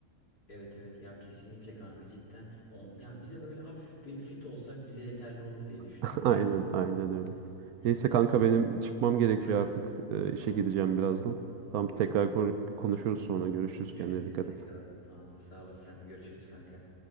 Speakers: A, on the left; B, on the right.
A: Evet evet ya kesinlikle kanka cidden. On, yani bize böyle hafif bir fit olsak bize yeterli olur diye düşünüyorum
B: <laughs> Aynen
A: ya.
B: aynen öyle.
A: Evet.
B: Neyse
A: O
B: kanka
A: zaman
B: benim çıkmam gerekiyor
A: ha,
B: artık.
A: or,
B: E, işe
A: tamam
B: gideceğim
A: tamam
B: birazdan.
A: kanka.
B: Tamam tekrar
A: Tamam.
B: ko-
A: Tamam
B: konuşuruz
A: Kanka
B: sonra görüşürüz
A: konuşuruz
B: kendine
A: gene
B: dikkat
A: tekrardan.
B: et.
A: Tamam da sağ olasın sen de görüşürüz kanka.